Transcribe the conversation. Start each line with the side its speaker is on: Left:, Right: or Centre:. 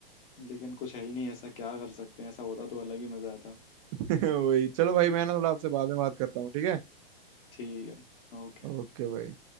Left: लेकिन कुछ है ही नहीं ऐसा क्या कर सकते हैं ऐसा होता तो अलग ही मजा आता
Right: <laughs> वही चलो भाई मैं ना थोड़ा आपसे बाद में बात करता हूँ ठीक है
Left: ठीक है ओके
Right: ओके भाई